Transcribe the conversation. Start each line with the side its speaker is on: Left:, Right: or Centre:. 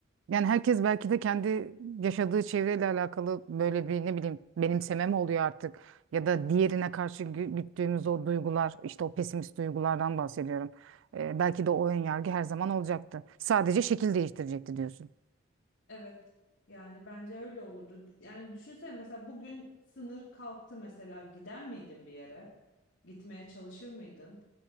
Right: Yani herkes belki de kendi yaşadığı çevreyle alakalı böyle bir ne bileyim benimseme mi oluyor artık ya da diğerine karşı gü- güttüğümüz o duygular işte o pesimist duygulardan bahsediyorum. E, belki de o ön yargı her zaman olacaktı. Sadece şekil değiştirecekti diyorsun.
Left: Evet. Yani bence öyle olurdu. Yani düşünsene mesela bugün sınır kalktı mesela gider miydin bir yere? Gitmeye çalışır mıydın?